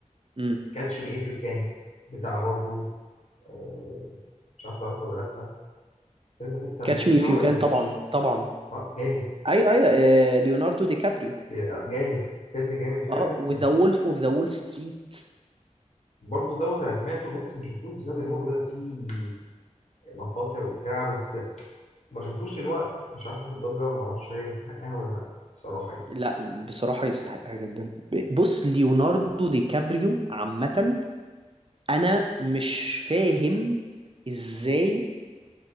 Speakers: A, on the right (about 45°); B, on the left (about 60°).
A: امم
B: كاتش مي اف يو كان بتاع برضو آه، مش عارف تعرفه ولا لا الفيلم ده بتاع
A: كاتش
B: الممثل
A: مي اف
B: اللي
A: يو
B: عمل
A: كان
B: انسبشن
A: طبعا طبعا
B: اه جامد
A: ايوه ايوه آه، ليوناردو دي كابريو
B: آه، جامد فيلم جامد فعلا
A: اه وذا وولف اوف ذا وول ستريت
B: برضو دوت انا سمعته بس ما شفتوش بسبب ان هو بيقول لك فيه مقاطع وبتاع بس ما شفتوش لان هو مش عارف واخد ضجه وما اعرفش هل يستحقها ولا لا الصراحه يعني
A: لا بصراحة يستحقها جدا بص ليوناردو دي كابريو عامة انا مش فاهم ازاي